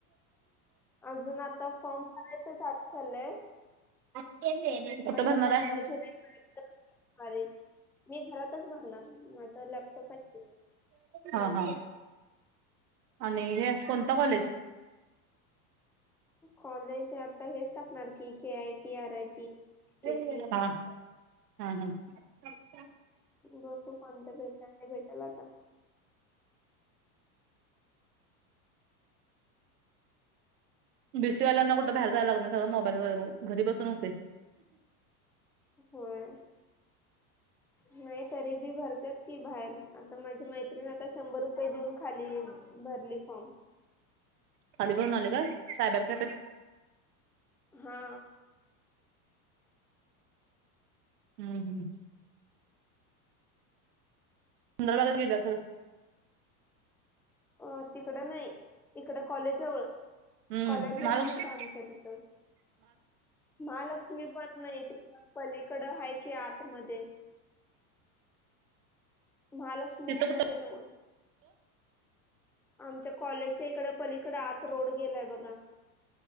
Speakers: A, in the centre; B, on the right.
A: अजून आता फॉर्म भरायच चालू चाललाय
B: कुठं
A: आता
B: भरणार
A: पंधरा जुलै पर्यंत तारीख, मी घरात तच भरणार. माझा लॅपटॉप आहे हम्म.
B: हां हां. आणि हे कोणत कॉलेज?
A: कॉलेज हेच टाकणार की K I T R I T K
B: हां
A: T
B: हां हम्म <unintelligible>
A: बघू कोणत भेटातय ते भेटलं आता.
B: बीसीवाल्यांना कुठं बाहेर जायला लागत नाही सगळं मोबाईल व घरी बसून होते.
A: होय. नाही तरी बी भारत्यात की बाहेर आता माझी मैत्रिणी आता शंभर रुपये देऊन खाली भरली फॉर्म.
B: खाली भरून आली काय सायबर कॅफेत.
A: हा
B: हम्म हम्म. सुंदर बागेत गेली असल.
A: अ तिकडं नाही इकड कॉलेज जवळ.
B: हम्म
A: कॉलेज जवळ
B: महालक्ष्मी
A: नाही का आमच्या तिथं? महालक्ष्मी पण नाही ति पलीकडं आहे कि आतमध्ये महालक्ष्मी
B: तिथं
A: मध्ये नव आमच्या कॉलेजच्या इकड पलीकडं आत रोड गेलाय बघा